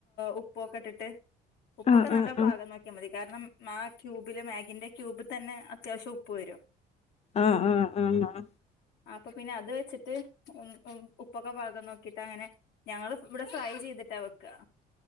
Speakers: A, on the left; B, on the left.
A: ഉപ്പുംൊക്കെ ഇട്ടിട്ട് ഉപ്പൊക്കെ
B: ആഹ് ആഹ്
A: നല്ല പാകം നോക്കിയാൽ മതി കാരണം ആ ക്യൂബില് ിന്റെ ക്യൂബ് തന്നെ അത്യാവശ്യം ഉപ്പ് വരും
B: ആഹ ആഹ ആഹ് ആഹ
A: അപ്പൊ പിന്നെ അത് വെച്ചിട്ട് ഉ ഉപ്പൊക്കെ പാകം നോക്കി ിട്ട അങ്ങനെ ഞങ്ങള് ഇവിടെ ഫ്രൈ ചെയ്തിട്ടാ വെക്ക